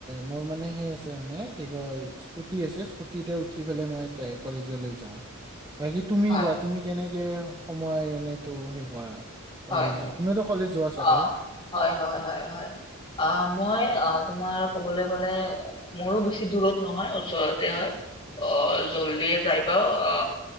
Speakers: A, on the right; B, on the left.
A: মোৰ মানে সেই আছে মানে কি কয় স্কুটি আছে স্কুটিতে উঠি পালাই মই কলেজলৈ যাওঁ বাকী তুমি
B: হয়
A: কোৱা তুমি কেনে সময় এনে তো সেই কৰা কলেজ
B: হয় হয়
A: তুমিওতো কলেজ যোৱা চাগে
B: অ হয় হয় হয় হয় আ মই আ তোমাৰ কবলৈ গলে মোৰো বেছি দূৰত নহয় ওচৰতে হয় অ জল্দিয়ে যাই পাও অ